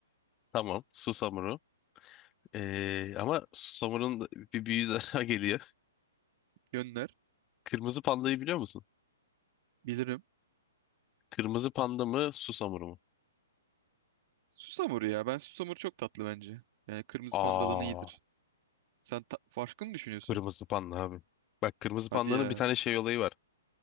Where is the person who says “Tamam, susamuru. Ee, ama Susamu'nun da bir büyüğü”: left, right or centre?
Left